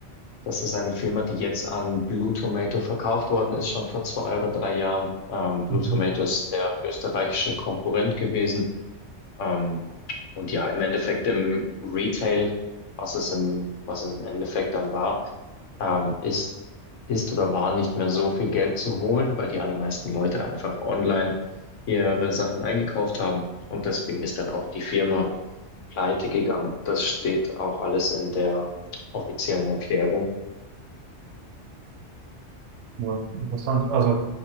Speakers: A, on the left (about 85°); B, on the right (about 80°).
A: das ist eine Firma, die jetzt an Blue Tomato verkauft worden ist, schon vor zwei oder drei Jahren. Ähm, Blue
B: Mhm.
A: Tomato ist der österreichische Konkurrent gewesen. Ähm, und ja, im Endeffekt im Retail, was es im, was es im Endeffekt dann war, ähm, ist, ist oder war nicht mehr so viel Geld zu holen, weil die allermeisten Leute einfach online ihre Sachen eingekauft haben. Und deswegen ist dann auch die Firma pleite gegangen. Das steht auch alles in der offiziellen Erklärung.
B: Ja, interessant. Also